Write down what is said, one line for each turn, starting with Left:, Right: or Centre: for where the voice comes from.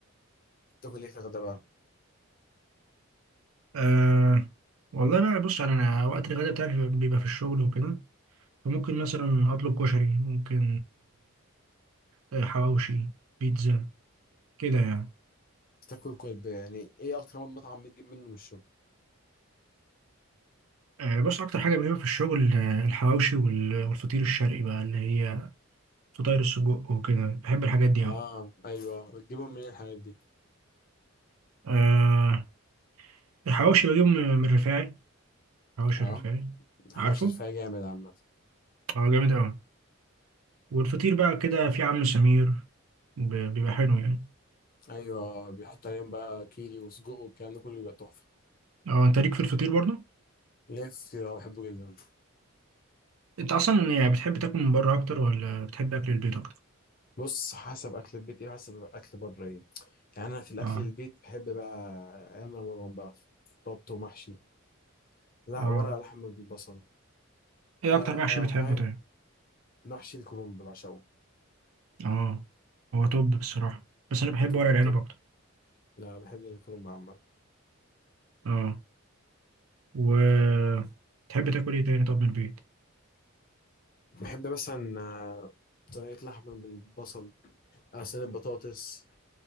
Left: تاكل ايه في الغدا بقى؟
Right: أه والله بقى بص أنا أنا وقت الغدا بتاعي بيبقى بيبقى في الشغل وكده فممكن مثلا أطلب كشري ممكن آه، آه، حواوشي بيتزا كده يعني
Left: تاكل كل يعني ايه اكتر مطعم بتجيب منه من الشغل؟
Right: آه، بص أكتر حاجة بجيبها في الشغل آه، الحواوشي وال- والفطير الشرقي بقى اللي هي فطاير السجق وكده بحب الحاجات دي
Left: اه
Right: أوي.
Left: ايوه تجيبهم منين الحاجات دي
Right: آه الحواوشي بجيبه من من الرفاعي حواوشي
Left: اه
Right: الرفاعي
Left: الحوش
Right: عارفه؟
Left: الرفاعي جامد عامة
Right: اه جامد أوي والفطير بقى كده في عم سمير ب- بيبقى حلو يعني
Left: ايوه بيحط عليهم بقى كيري وسجق والكلام ده كله بيبقى تحفة
Right: اه انت ليك في الفطير برضه؟
Left: نفسي ده بحبه جدا
Right: انت اصلا يعني بتحب تاكل من بره اكتر ولا بتحب اكل البيت اكتر؟
Left: بص حسب اكل البيت ايه وحسب اكل بره ايه يعني انا في الاكل
Right: اه
Left: البيت بحب بقى ايام رمضان بقى بط ومحشي لا
Right: اه
Left: ورق لحمة بالبصل
Right: ايه
Left: آه
Right: اكتر محشي بتحبه
Left: فاهم
Right: طيب؟
Left: محشي الكرنب بعشقه
Right: اه هو توب بصراحة بس انا بحب
Left: توب
Right: ورق العنب
Left: التوب
Right: اكتر
Left: لا بحب الكرنب عامة
Right: اه و تحب تاكل ايه تاني طب من البيت؟
Left: بحب مثلا آه، صينية لحمة بالبصل آه، صينية بطاطس